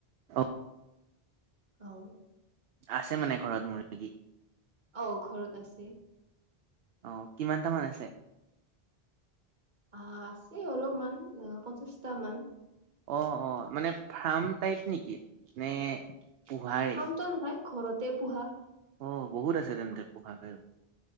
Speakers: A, on the right (about 70°); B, on the right (about 50°).
A: অঁ।
B: অ।
A: আছে মানে ঘৰত মৰ্গী।
B: অ ঘৰত আছে।
A: অ কিমানটামান আছে?
B: অ আছে অলপমান অ পঁচিশটা মান।
A: অ অ মানে ফাৰ্ম টাইপ নেকি নে? পোহাৰে?
B: হাম ত নহয় ঘৰতে পোহা।
A: অ বহুত আছে তেন্তে পোহাকে।